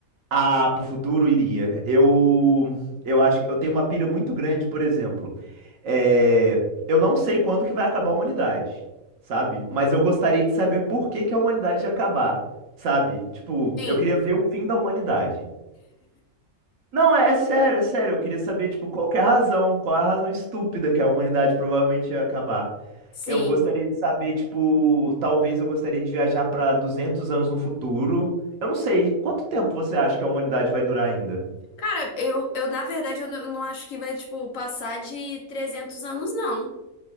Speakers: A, on the right; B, on the left.
A: Ah, pro futuro iria. Eu, eu acho que eu tenho uma pilha muito grande, por exemplo. É, eu não sei quando que vai acabar a humanidade, sabe? Mas eu gostaria de saber por que que a humanidade ia acabar, sabe? Tipo,
B: Sim,
A: eu queria ver o fim da humanidade. Não, é, é sério, é sério. Eu queria saber, tipo, qual que é a razão, qual é a razão estúpida que a humanidade provavelmente ia acabar.
B: sim.
A: Eu gostaria de saber, tipo, talvez eu gostaria de viajar para 200 anos no futuro. Eu não sei, quanto tempo você acha que a humanidade vai durar ainda?
B: Cara, eu, eu na verdade, eu não não acho que vai, tipo, passar de 300 anos, não.